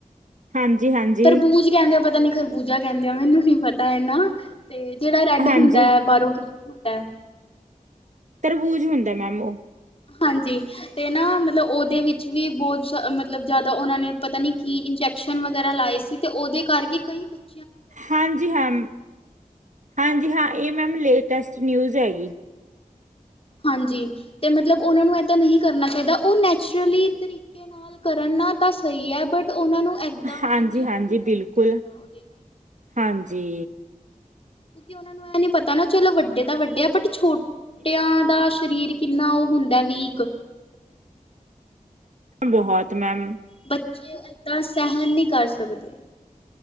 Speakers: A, on the right; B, on the left.
A: ਹਾਂਜੀ ਹਾਂਜੀ
B: ਤਰਬੂਜ ਕੈਂਦੇ ਪਤਾ ਨੀ ਖਰਬੂਜਾ ਕੈਂਦੇ ਆ ਮੈਨੂੰ ਨੀ ਪਤਾ ਏਨਾ, ਤੇ ਜੇੜਾ ਰੈੱਡ
A: ਹਾਂਜੀ
B: ਹੁੰਦਾ ਐ ਬਾਹਰੋ ਗ੍ਰੀਨ ਜਾ ਹੁੰਦੈ
A: ਤਰਬੂਜ ਹੁੰਦਾ ਮੈਮ ਓ।
B: ਹਾਂਜੀ। ਤੇ ਨਾ ਮਤਲਬ ਓਦੇ ਵਿੱਚ ਵੀ ਬੋਤ ਸ ਮਤਲਬ ਜਾਦਾ ਓਨਾ ਨੇ ਪਤਾ ਨੀ ਕੀ ਇੰਜ਼ੈ ਕਸ਼ਨ ਵਗੈਰਾ ਲਾਏ ਸੀ ਤੇ ਓਦੇ ਕਰਕੇ ਕਈ ਬੱਚੇ
A: ਹਾਂਜੀ ਹਾਂ, ਹਾਂਜੀ ਹਾਂ ਏ ਮੈਮ ਲੇਟੈਸਟ ਨਿਊਜ਼ ਐ ਗੀ।
B: ਹਾਂਜੀ ਤੇ ਮਤਲਬ ਓਨਾਂ ਨੂੰ ਐਦਾਂ ਨਹੀਂ ਕਰਨਾ ਚਾਈਦਾ ਓ ਨੈਚੁਰਲੀ ਤਰੀਕੇ ਨਾਲ ਕਰਨ ਨਾ ਤਾਂ ਸਈ ਐ ਬਟ ਓਨਾਂ ਨੂੰ ਐਦਾਂ
A: ਹਾਂਜੀ
B: ਇੰਜੈਕਟ
A: ਹਾਂਜੀ
B: ਨਈਂ ਕਰਨਾ
A: ਬਿਲਕੁਲ
B: ਚਾਈਦਾ ਓਦੇ
A: ਹਾਂਜੀ।
B: ਕੇ ਓਨਾਂ ਨੂੰ ਐਂ ਨੀ ਪਤਾ ਨਾ ਚਲੋ ਵੱਡੇ ਤਾਂ ਵੱਡੇ ਆ ਬਟ ਛੋ ਟਿਆਂ ਦਾ ਸਰੀਰ ਕਿੰਨਾ ਓ ਹੁੰਦਾ ਵੀਕ।
A: ਬਹੋਤ ਮੈਮ
B: ਬੱਚੇ ਐਦਾਂ ਸਹੈਨ ਨੀ ਕਰ ਸਕਦੇ।